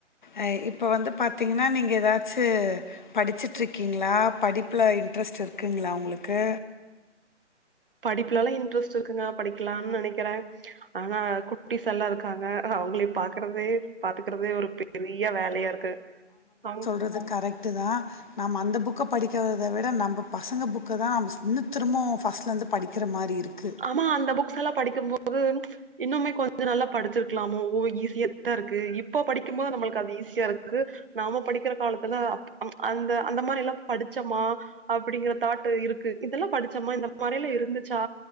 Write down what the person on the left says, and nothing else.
அ இப்ப வந்து பாத்தீங்கனா நீங்க எதாச்சு படிச்சிட்ருக்கீங்களா படிப்புல இன்ட்ரெஸ்ட் இருக்குங்ளா உங்ளுக்கு
றது கரெக்ட் டுதா நம்ம அந்த புக்க படிக்கறத விட நம்ப பசங்க புக்க தா நம்ம ஸ் இன்னு திரும்மு ஃபஸ்ட்லந்து படிக்கற மாரி இருக்கு